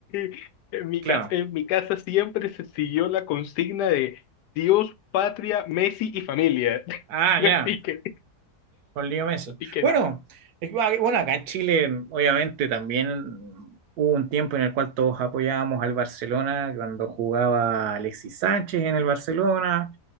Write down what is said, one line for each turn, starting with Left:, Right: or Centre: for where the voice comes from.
Left: <laughs> En mi
Right: claro.
Left: casa, en mi casa siempre se siguió la consigna de Dios, patria, Messi y familia. <laughs>
Right: Ah,
Left: Así
Right: ya.
Left: que,
Right: con Leo Messi.
Left: así que
Right: Bueno,
Left: nada.
Right: es que, ah, bueno, acá en Chile, obviamente, también hubo un tiempo en el cual todos apoyábamos al Barcelona, cuando jugaba Alexis Sánchez en el Barcelona,